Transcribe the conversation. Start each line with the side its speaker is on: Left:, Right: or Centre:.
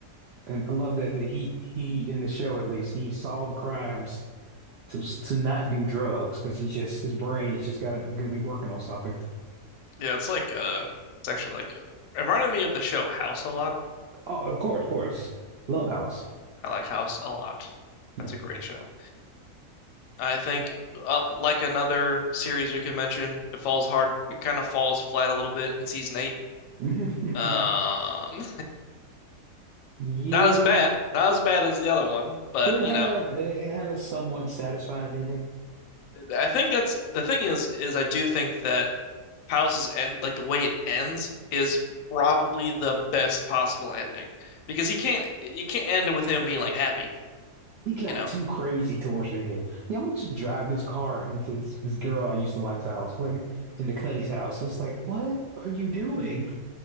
Right: And I love that, that he he in the show at least he solved crimes to to not do drugs because he's just his brain is just gotta gonna be working on something.
Left: Yeah, it's like uh it's actually like it reminded me of the show House a lot.
Right: Oh, of course, of course. Love House.
Left: I like House a lot.
Right: Yeah.
Left: That's a great show. I think uh, like another series we could mention, it falls hard, it kind of falls flat a little bit in season eight
Right: <laughs>
Left: Um,
Right: Yeah.
Left: <laughs> not as bad, not as bad as the other one, but
Right: But it
Left: you
Right: had
Left: know,
Right: a it had a somewhat satisfying ending.
Left: I think that's the thing is is I do think that House's end, like the way it ends, is probably the best possible ending because he can't you can't end it with him being like happy,
Right: He got
Left: you know.
Right: too crazy towards the end. Yeah, I'm gonna just drive this car into this, this girl I used to like's house, like into Cuddy's house. It's like, what are you doing?